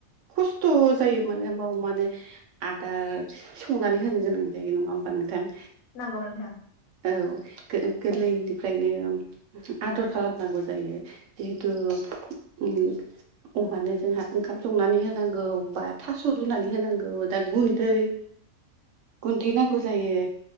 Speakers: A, on the right (about 70°); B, on the left (about 85°).
A: खस्थ' जायो मानोे होमब्ला अमा‌नो आदार संनानै होनो गोनां जायो नङा होमबा नोंथां
B: नोंगौ नोंथां
A: औ गो गोरलैनिफ्रायनो ओम आदर खालामनांगौ जायो जिहेथु उम अमानो जोंहा ओंखाम संनानै होनांगौ बा थास' रुनानै होनांगौ दा गुन्दै
B: <inaudible>
A: गुन्दै नांगौ जायो